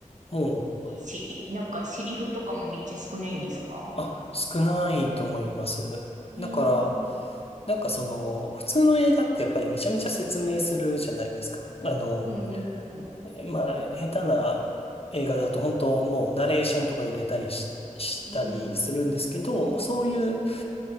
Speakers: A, on the left; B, on the right.
A: もう、
B: えし、なんかセリフとかもめっちゃ少ないんですか
A: あ、少ないと思います。
B: えー、
A: だから、なんかその、普通の映画ってやっぱりめちゃめちゃ説明するじゃないですか。あの、
B: うん、うん、うん。
A: えまあ、下手な映画だと本当もうナレーションとか入れたりし、したりするんですけど、
B: うん
A: もうそういう、
B: は